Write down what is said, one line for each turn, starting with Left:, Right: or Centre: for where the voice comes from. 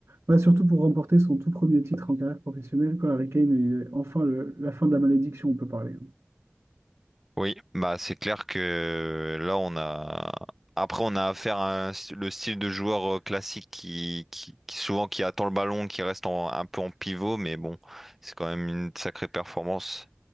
Right: Bah, surtout pour remporter son tout premier titre en carrière professionnelle, quoi. Harry Kane, il est enfin le- la fin de la malédiction, on peut parler.
Centre: Oui, bah c'est clair que là on a après on a affaire à un st- le style de joueur euh, classique qui, qui, qui- souvent qui attend le ballon, qui reste en- un peu en pivot, mais bon, c'est quand même une sacrée performance